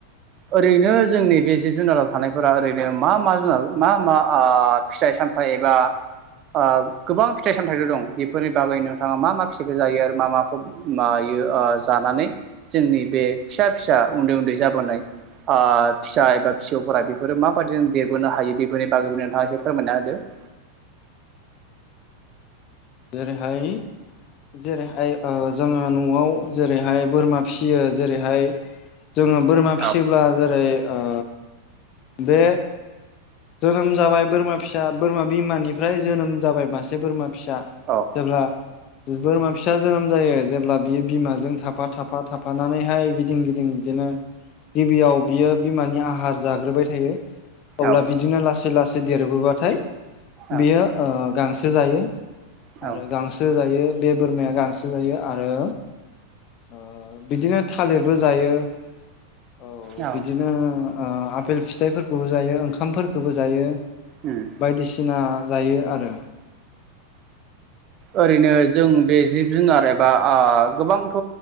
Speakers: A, on the right; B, on the left.
A: ओरैनो जोंनि बे जिब जुनाराव थानायफोरा ओरैनो मा मा जुनार मा मा आ फिथाइ साम थाइ एबा आ गोबां फिथाइ सामथाइथ' दं बेफोरनि बागै नोंथाङा मा मा फिथाइखौ जायो आरो मा माखौ मा यो आ जानानै जोंनि बे फिसा फिसा उन्दै उन्दै जाबोनाय आ फिसा एबा फिसौफोरा बेफोरो माबायदिजों देरबोनो हायो बेफोरनि बागैबो नोंथाङा एसे फोरमायना होदो। <inaudible>
B: जेरैहाय जेरैहाय जोङो ओ न'आव जेरैहाय बोरमा फियो जेरैहाय जोङो बोरमा फिसियोब्ला
A: औ
B: जेरै ओ बे जोनोम जाबाय बोरमा फिसा बोरमा बिमानिफ्राय जोनोम जाबाय मासे बोरमा फिसा
A: औ
B: जेब्ला बोरमा फिसा जोनोम जायो जेब्ला बियो बिमाजों थाफा थाफा थाफानानैहाय गिदिं गिदिं बिदिनो गिबियाव बियो बिमानि आहार जाग्रोबाय थायो। अब्ला
A: औ
B: बिदिनो लासै लासै देरबोबाथाय
A: औ
B: बेयो ओ गांसो जायो
A: औ
B: आरो गांसो जायो बे बोरमाया गांसो जायो आरो ओ बिदिनो थालिरबो जायो औ
A: औ
B: बिदिनो आ आफेल फिथाइफोरखौबो जायो ओंखामफोरखौबो जायो
A: उम
B: बायदिसिना जायो आरो
A: ओरैनो जों बे जिब जुनार एबा आ गोबांथ'